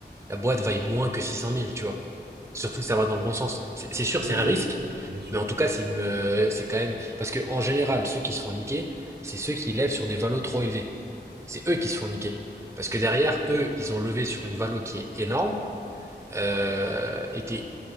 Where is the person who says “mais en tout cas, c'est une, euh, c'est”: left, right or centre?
Right